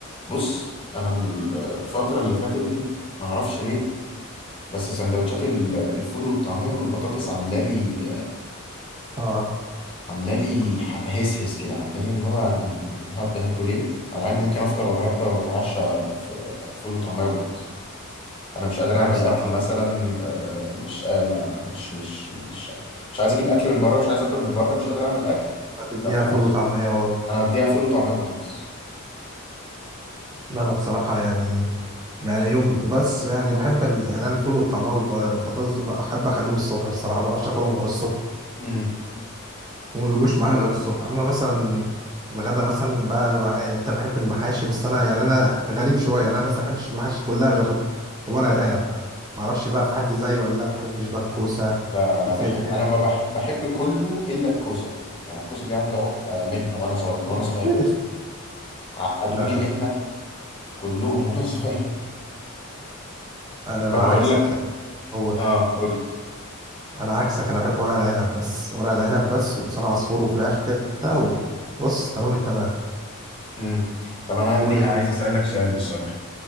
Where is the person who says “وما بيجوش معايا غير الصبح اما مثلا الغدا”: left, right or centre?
Right